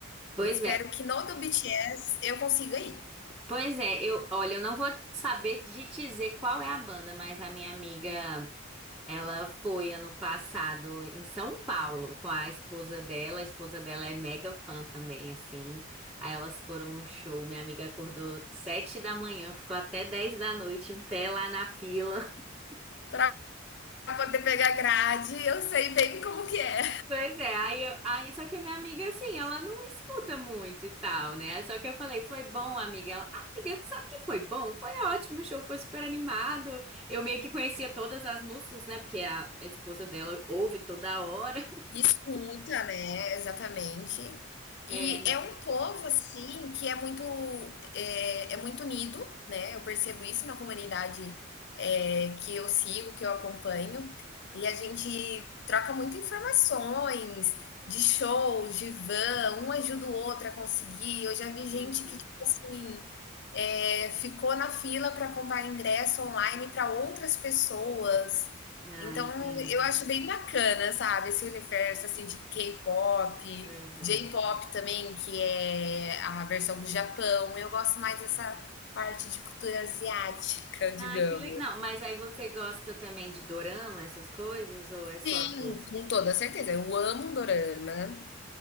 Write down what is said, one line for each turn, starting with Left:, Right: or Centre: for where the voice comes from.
Centre: Pois
Left: Eu espero
Centre: é,
Left: que no do BTS eu consiga ir,
Centre: pois é, eu, olha, eu não vou saber de dizer qual é a banda, mas a minha amiga. Ela foi ano passado em São Paulo com a esposa dela. A esposa dela é mega fã também, assim. Aí elas foram no show. Minha amiga acordou sete da manhã, ficou até dez da noite em pé lá na fila. <laughs>
Left: para poder pegar grade, eu sei bem como que é.
Centre: Pois é, aí, eu- aí só que a minha amiga, assim, ela não escuta muito e tal, né? Aí Só que eu falei, foi bom, amiga. Ela, amiga, sabe que foi bom? Foi ótimo, o show foi super animado. Eu meio que conhecia todas as músicas, né? Porque a a esposa dela ouve toda hora. <laughs>
Left: Escuta, né? Exatamente.
Centre: É,
Left: E
Centre: não.
Left: é um povo assim que é muito é, é muito unido, né? Eu percebo isso na comunidade é, que eu sigo, que eu acompanho, e a gente troca muitas informações de shows, de van, um ajuda o outro a conseguir. Eu já vi gente
Centre: Uhum.
Left: que tipo assim é, ficou na fila para comprar ingresso online para outras pessoas.
Centre: Ah,
Left: Então,
Centre: entendi.
Left: eu acho bem bacana, sabe, esse universo, assim, de K-pop,
Centre: Uhum.
Left: J-pop também, que é a versão do Japão. Eu gosto mais dessa parte de cultura asiática, digamos.
Centre: Ah, que legal. Não, mas aí você gosta também de dorama, essas coisas, ou é só
Left: Sim,
Centre: a música?
Left: com toda certeza. Eu amo um dorama,